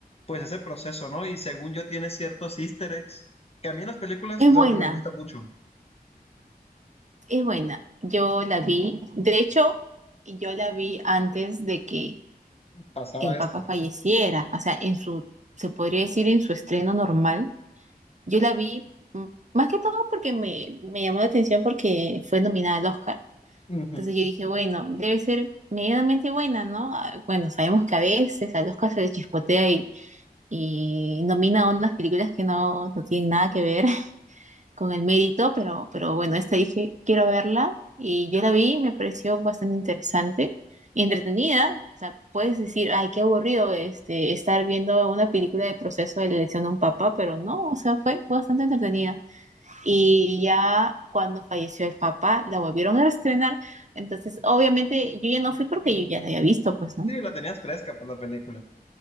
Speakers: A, on the left (about 40°); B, on the right (about 45°).
A: pues ese proceso, ¿no? Y según yo tiene ciertos easter eggs, que a mí en las películas
B: Es
A: es
B: buena,
A: algo que me gusta mucho,
B: es buena. Yo la vi, de hecho, yo la vi antes de que
A: pasar
B: el
A: a esto.
B: papá falleciera, o sea, en su se podría decir en su estreno normal. Yo la vi mm, más que todo porque me me llamó la atención porque fue nominada al Oscar
A: Ujú.
B: Entonces yo dije, bueno, debe ser medianamente buena, ¿no? Ah, Bueno, sabemos que a veces al Oscar se le chispotea y, y nomina unas películas que no, no tienen nada que ver <laughs> con el mérito, pero, pero bueno, esta dije, quiero verla y yo la vi y me pareció bastante interesante y entretenida. O sea, puedes decir, ay, qué aburrido este, estar viendo una película de proceso de la elección de un papá, pero no, o sea, fue bastante entretenida y ya cuando falleció el papá la volvieron a estrenar. Entonces, obviamente yo ya no fui porque yo ya la había visto, pues, ¿no?
A: Sí, la tenías fresca por la película.